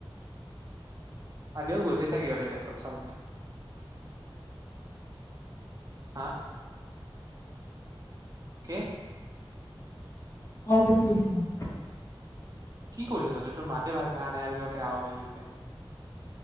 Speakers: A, on the right; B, on the left.
A: কালিও গুচ চাগে ইিহঁতে লেপটপ চাবলৈ আ কে
B: অ বুলি কৈছো মই।
A: কি কৰি আছ তই? তোৰ মাতে ভালকে আহা নাই আৰু কিব বাহঁত আহি আছে